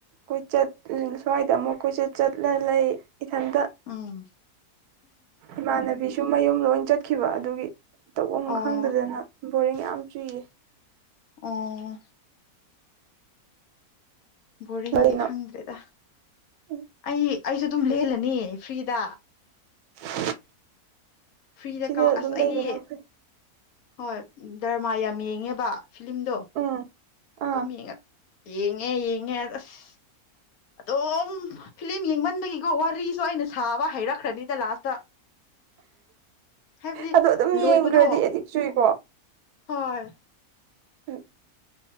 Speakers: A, on the right; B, on the left.
A: ꯀꯣꯏꯆꯠ ꯁ꯭ꯋꯥꯏꯗ ꯑꯃꯨꯛ ꯀꯣꯏꯆꯠ ꯆꯠꯂ ꯂꯩ ꯏꯊꯟꯇ
B: ꯎꯝ
A: ꯏꯃꯥꯟꯅꯕꯤꯁꯨ ꯃꯌꯨꯝ ꯂꯣꯏ ꯆꯠꯈꯤꯕ ꯑꯗꯨꯒꯤ ꯇꯧꯝ
B: ꯑꯣ
A: ꯈꯪꯗꯗꯅ ꯕꯣꯔꯤꯡ ꯌꯥꯝ ꯆꯨꯏꯌꯦ
B: ꯑꯝ ꯕꯣꯔꯤꯡꯗꯤ
A: ꯀꯔꯤꯅꯣ
B: ꯈꯪꯗ꯭ꯔꯦꯗ
A: ꯎꯝ,
B: ꯑꯩ ꯑꯩꯁꯨ ꯑꯗꯨꯝ ꯂꯍꯂꯅꯤ ꯐ꯭ꯔꯤꯗ
A: <unintelligible>
B: ꯐ꯭ꯔꯤꯗ
A: ꯁꯤꯗ
B: ꯀꯥꯎ
A: ꯑꯗꯨꯝ
B: ꯑꯁ ꯑꯩꯗꯤ
A: ꯂꯩꯕꯅ ꯐꯩ
B: ꯍꯣꯏ ꯗꯔꯃꯥ ꯌꯥꯝ ꯌꯦꯡꯉꯦꯕ ꯐꯤꯂꯤꯂꯝꯗꯣ
A: ꯎꯝ
B: ꯑꯗꯨꯝ
A: ꯑꯥ
B: ꯌꯦꯡꯉ ꯌꯦꯉꯦ ꯌꯦꯉ ꯑꯁ ꯑꯝ ꯐꯤꯂꯝ ꯌꯦꯡꯃꯟꯕꯒꯤꯀꯣ ꯋꯥꯔꯤꯁꯨ ꯑꯩꯅ ꯁꯥꯕ ꯍꯩꯔꯛꯈ꯭ꯔꯅꯤꯗ ꯂꯥꯁꯇ ꯍꯥꯏꯕꯗꯤ
A: ꯑꯗꯣ ꯑꯗꯨꯝ
B: ꯂꯣꯏꯕꯗꯣ
A: ꯌꯦꯡꯈ꯭ꯔꯗꯤ ꯑꯦꯗꯤꯛ ꯆꯨꯏꯀꯣ
B: ꯍꯣꯏ
A: ꯎꯝ